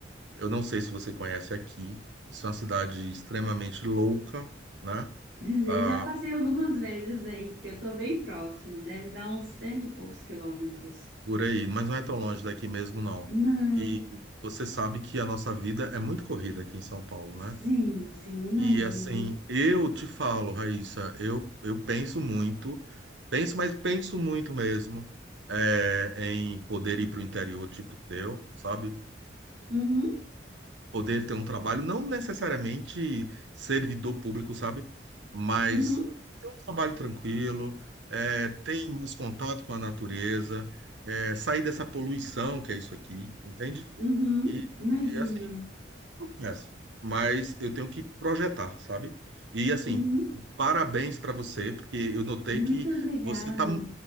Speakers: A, on the right (about 80°); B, on the right (about 65°).
A: eu não sei se você conhece aqui, isso é uma cidade extremamente louca, né?
B: Eu
A: Ah,
B: já passei algumas vezes aí, que eu tô bem próximo, deve dar uns cento e poucos quilômetros.
A: Por aí, mas não é tão longe daqui mesmo, não.
B: Não,
A: E você sabe que a nossa vida é muito corrida aqui em São Paulo,
B: sim,
A: né?
B: sim, eu imagino.
A: E assim, eu te falo, Raíssa, eu, eu penso muito, penso, mas penso muito mesmo, é, em poder ir para o interior tipo teu, sabe?
B: Uhum,
A: poder ter um trabalho, não necessariamente servidor público, sabe? Mas
B: uhum,
A: ter um trabalho tranquilo, é, ter mais contato com a natureza, é, sair dessa poluição que é isso aqui, entende?
B: uhum,
A: E,
B: imagino.
A: e assim, eu começo. Mas eu tenho que projetar, sabe? E assim,
B: Uhum.
A: parabéns para você, porque eu notei
B: Muito
A: que
B: obrigada.
A: você está